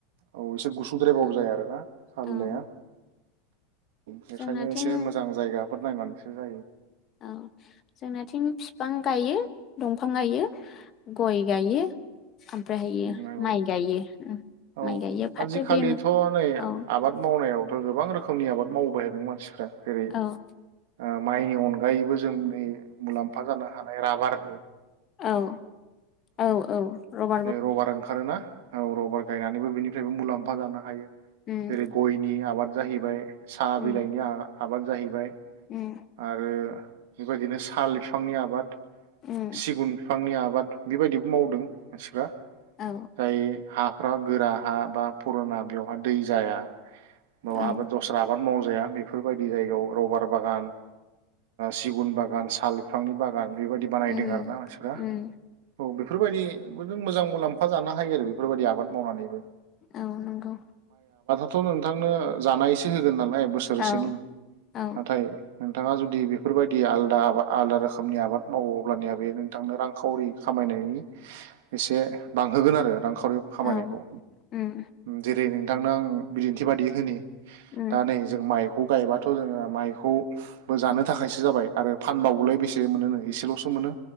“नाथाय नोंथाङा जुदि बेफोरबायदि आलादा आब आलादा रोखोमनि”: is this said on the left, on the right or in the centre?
Right